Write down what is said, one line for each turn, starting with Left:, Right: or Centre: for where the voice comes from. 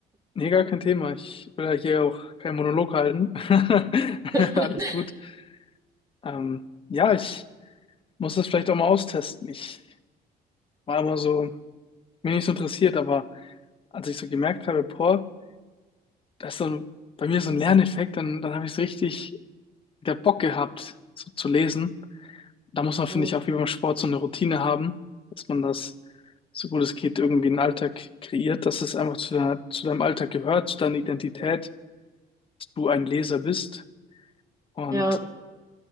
Left: nee, gar kein Thema. Ich will ja hier auch keinen Monolog halten. <laughs>
Right: <laughs>
Left: Alles gut. Ähm, ja, ich muss das vielleicht auch mal austesten. Ich war immer so, mir nicht so interessiert, aber als ich so gemerkt habe, boah, das ist so ein, bei mir so ein Lerneffekt, dann, dann habe ich es richtig wieder Bock gehabt, so zu lesen. Da muss man, finde
Right: Mhm.
Left: ich, auch wie beim Sport so eine Routine haben, dass man das, so gut es geht, irgendwie einen Alltag kreiert, dass es einfach zu, deiner- zu deinem Alltag gehört, zu deiner Identität dass du ein Leser bist. Und
Right: Ja,